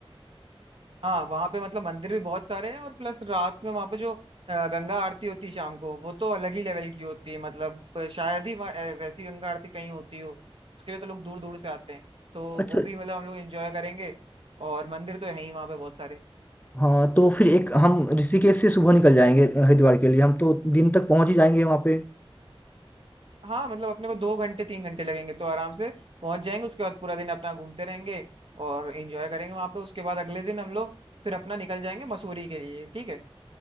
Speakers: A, on the right; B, on the left.
A: हाँ वहां पे मतलब मंदिर भी बहुत सारे हैं और प्लस रात में वहां पे जो अ, गंगा आरती होती है शाम को वो तो अलग ही लेवल की होती है मतलब अ, शायद ही वहाँ, अ, वैसी गंगा आरती कहीं होती हो उसके लिए तो लोग दूर दूर से आते हैं तो
B: अच्छा
A: वो भी मतलब हम लोग एंजॉय करेंगे और मंदिर तो है ही वहां पे बहुत सारे
B: हाँ तो फिर एक हम ऋषिकेश से सुबह निकल जाएंगे हरिद्वार के लिए हम तो दिन तक पहुंच ही जाएंगे वहाँ पे
A: हाँ मतलब अपने को दो घंटे तीन घंटे लगेंगे तो आराम से पहुंच जाएंगे उसके बाद पूरा दिन अपना घूमते रहेंगे और एंजॉय करेंगे वहां पे उसके बाद अगले दिन हम लोग फिर अपना निकल जाएंगे मसूरी के लिए ठीक है